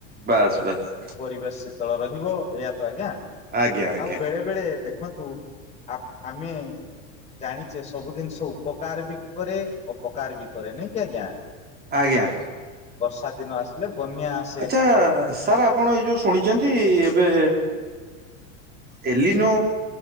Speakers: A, on the right (about 25°); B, on the left (about 15°).
A: ବାସ୍ ବାସ୍।
B: ପରିବେଶ ଶୀତଳ ରହିବ ଏଆ ତ ଆଜ୍ଞା
A: ଆଜ୍ଞା ଆଜ୍ଞା
B: ଆଉ ବେଳେ ବେଳେ ଦେ ଦେଖନ୍ତୁ ଆପ୍ ଆମେ ଜାଣିଛେ ସବୁ ଜିନିଷ ଉପକାର ବି କରେ ଅପକାର ବି କରେ ନାଇଁ କି ଆଜ୍ଞା।
A: ଆଜ୍ଞା।
B: ବର୍ଷା ଦିନ ଆସିଲେ ବନ୍ୟା ଆସେ
A: ଆଛା ସାର୍ ଆପଣ ଏଇ ଯୋଉ ଶୁଣିଛନ୍ତି ଏବେ ଏଲିନୋ